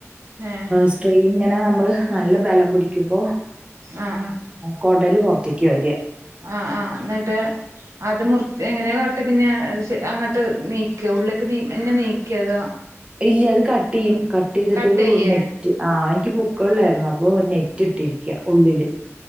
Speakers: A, on the right (about 75°); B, on the right (about 20°).
A: ഏഹ്
B: സ്ട്രൈയിൻ ഇങ്ങനെ നമ്മള് നല്ല ബലം പിടിക്കുമ്പോ
A: ആഹ് ആഹ്
B: കുടല് പുറത്തേക്ക് വരിക
A: ആഹ് ആഹ് എന്നിട്ട് അത് മുറി എങ്ങനെയ കാട്ട് പിന്നെ അങ്ങോട്ട് നീക്കിയൊ ഉള്ളിലേക്ക് തന്നെ നീക്കിയോ അത്
B: ഇല്ല അത് കട്ടെയ്യും കട്ടെയ്തിട്ടൊരു
A: കട്ട് ചെയ്യേ
B: നെറ്റ് ആ ഇൻക്ക് പൊക്കിൾലായിരുന്നു അപ്പൊ നെറ്റ് ഇട്ടിരി ഉള്ളില്